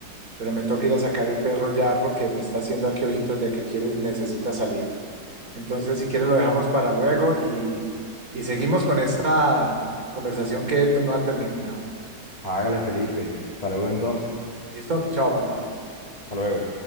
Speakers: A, on the right (about 50°); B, on the left (about 20°).
A: pero me toca ir a sacar el perro ya porque me está haciendo aquí ojitos de que quiere, necesita salir. Entonces, si quieres, lo dejamos para luego y, y seguimos con esta conversación que no ha terminado.
B: Hágale, Felipe. Hasta luego entonces.
A: ¿Listo? Chao, papá.
B: Hasta luego.